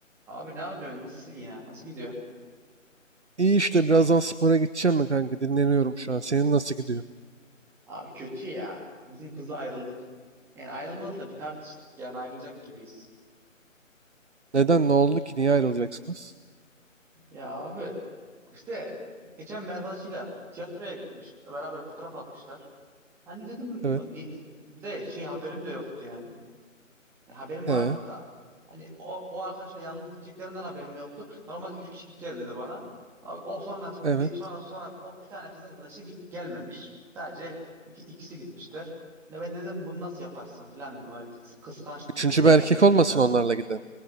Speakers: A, in the centre; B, on the right.
A: Abi ne yapıyorsun? Nasılsın ya? Nasıl gidiyor?
B: İyi işte birazdan spora gideceğim mi kanka? Dinleniyorum şu an. Senin nasıl gidiyor?
A: Abi kötü ya. Bizim kızla ayrıldık. Yani ayrılmadık da bir tartıştık. Yani ayrılacak gibiyiz.
B: Neden? Ne oldu ki? Niye ayrılacaksınız?
A: Ya abi işte geçen bir arkadaşıyla tiyatroya gitmiş. Beraber fotoğraf atmışlar. Hani dedim
B: Evet.
A: ni- bir de şey haberim de yoktu yani. Yani haberim
B: He.
A: vardı da hani o, o arkadaşla yalnız gideceklerinden haberim yoktu. Normalde üç kişi gideceğiz dedi bana. Abi, o sonra
B: Evet.
A: bir sonra sonra o bir tane kız arkadaşı ge- gelmemiş. Sadece iki, ikisi gitmişler. Ne ben dedim bunu nasıl yaparsın falan dedim. Hani bir kıs- kıskançlık
B: Üçüncü
A: krizlerine
B: bir erkek
A: girdim
B: olmasın
A: falan.
B: onlarla giden.